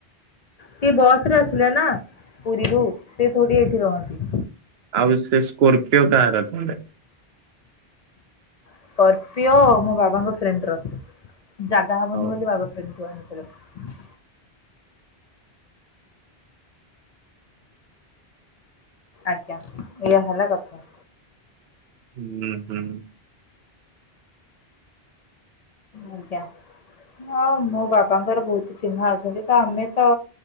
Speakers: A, on the left; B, on the right.
A: ସିଏ ବସ୍ ରେ ଆସିଲା ନା ପୁରୀରୁ ସେ ଥୋଡ଼ି ଏଇଠି ରହନ୍ତି।
B: ଆଉ ସେ ସ୍କୋର୍ପିଓ କାହାର ତାହେଲେ?
A: ସ୍କୋର୍ପିଓ ମୋ ବାବାଙ୍କ ଫ୍ରେଣ୍ଡ ର ଜାଗା ହବନି
B: ହଉ
A: ବୋଲି ବାବା ଫ୍ରେଣ୍ଡ ଠୁ ଆଣିଲେ। ଚାଲ ଆଜ୍ଞା ଏଇଆ ହେଲା କଥା।
B: ହୁଁ ହୁଁ।
A: ଆଜ୍ଞା। ହଁ ମୋ ବାବାଙ୍କର ବହୁତ ଚିହ୍ନା ଅଛନ୍ତି। ତ ଆମେ ତ